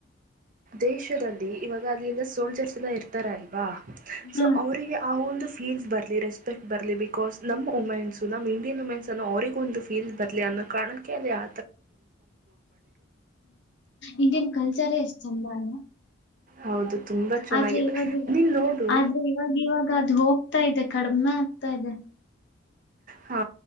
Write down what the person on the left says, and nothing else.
ಹ
ಇಂಡಿಯನ್ ಕಲ್ಚರೇ ಇಷ್ಟಂಬಾನ
ಆದ್ರೆ ಇವಾಗ
ಆದ್ರೆ ಇವಾಗ ಇವಾಗ ಅದ ಹೋಗ ಆಗ್ತಾ ಇದೆ ಕಡಿಮೆ ಆಗ್ತಾ ಇದೆ